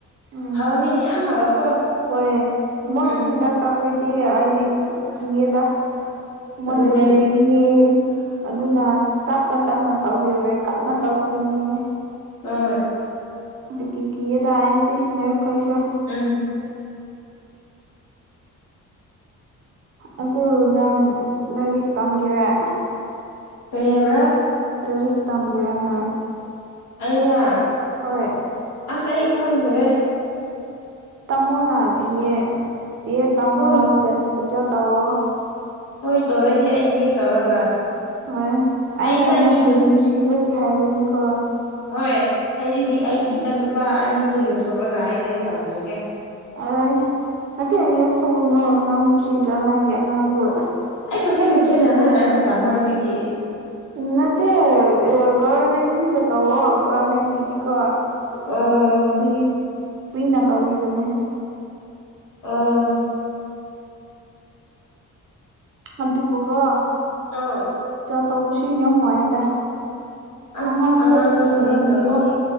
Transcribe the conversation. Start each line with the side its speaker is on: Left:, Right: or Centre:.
Right: ꯎꯝ
Left: ꯐꯕ ꯃꯤꯅ ꯌꯥꯝ ꯐꯕꯀꯣ
Right: ꯍꯣꯏ ꯃ
Left: ꯎꯝ
Right: ꯍꯤꯗ ꯀꯥꯄ ꯀ ꯑꯗꯤ ꯀꯗ ꯃꯣꯏꯅ
Left: ꯑꯗꯨꯅꯦ
Right: ꯆꯦꯛꯒꯤꯅꯤ ꯑꯗꯨꯅ ꯇꯞꯅ ꯇꯞꯅ ꯇꯧꯕꯤꯔꯣꯏ ꯀꯟꯅ ꯇꯧꯕꯤꯅꯤ
Left: ꯍ
Right: ꯑꯗꯨ ꯀ ꯀ ꯇꯁꯤ ꯅꯔ ꯈꯩꯁꯨꯣ
Left: ꯎꯝ
Right: ꯑꯗꯨ ꯅꯪ ꯂꯥꯏꯔꯤꯛ ꯇꯝꯒꯦꯔꯦ
Left: ꯀꯔꯤ ꯍꯥꯏꯕ꯭ꯔꯥ
Right: ꯂꯥꯏꯔꯤꯛ ꯇꯝꯒꯦꯔꯅ
Left: ꯑꯩꯔ
Right: ꯍꯣꯏ
Left: ꯑꯁ ꯑꯩ ꯈꯪꯗ꯭ꯔꯦ
Right: ꯇꯝꯃꯣꯅ ꯄꯤꯌꯦꯦ ꯄꯤꯌꯦꯦ ꯇꯝꯃꯣ
Left: ꯍꯣꯏ
Right: ꯑꯗꯨ ꯑꯣꯖꯥ ꯇꯥꯑꯣꯣ
Left: ꯍꯣꯏ ꯇꯧꯔꯒꯦ ꯑꯩ ꯚꯦꯠ ꯇꯧꯔꯒ
Right: ꯍꯣꯏ ꯑꯩꯅ
Left: ꯑꯩ ꯏꯆꯥꯅꯤ
Right: ꯅꯪꯕꯨ ꯅꯨꯡꯁꯤꯕꯒꯤ ꯍꯥꯏꯕꯅꯤꯀꯣ
Left: ꯍꯣꯏ ꯑꯩꯁꯤꯗꯤ ꯑꯩꯒꯤ ꯏꯆꯥ ꯅꯨꯨꯄꯥ ꯑꯅꯤꯗꯣ ꯌꯣꯟꯊꯣꯛꯂꯒ ꯑꯩꯅꯗꯤ ꯇꯝꯔꯒꯦ
Right: ꯑ ꯃꯠꯇꯦ ꯑ ꯌꯣꯠ ꯍꯒꯨꯅꯣ ꯅꯪ ꯨꯁꯤꯗ꯭ꯔꯥ ꯅꯪꯦ ꯑꯉꯥꯡꯕꯨ
Left: ꯑꯩ ꯄꯩꯁꯥ ꯂꯩꯇ꯭ꯔꯦꯅꯦ ꯅꯪ ꯑꯩꯕꯨ ꯇꯥꯃꯣ ꯍꯥꯏꯕꯒꯤ
Right: ꯎꯝ ꯅꯠꯇꯦ ꯒꯣꯕꯔꯃꯦꯟꯒꯤꯗ ꯇꯧꯋꯣ ꯒꯚꯔꯃꯦꯟꯒꯤꯗꯤꯀꯣ
Left: ꯑꯣ
Right: ꯐ꯭ꯔꯤ ꯐ꯭ꯔꯤꯅ ꯇꯧꯕꯤꯕꯅꯦ
Left: ꯑꯣ
Right: ꯑꯗꯨꯕꯨ ꯀꯣ
Left: ꯑꯣ
Right: ꯇꯧꯕꯁꯨ ꯌꯥꯝ ꯋꯥꯏꯌ‌ꯦꯗ
Left: ꯑꯁ
Right: ꯑꯉꯥꯡꯈꯣꯏꯕꯨ
Left: ꯑꯉꯥꯡꯒ ꯑꯉꯥꯡꯒ
Right: ꯌꯦꯡꯒꯤꯅꯤ
Left: ꯀꯣ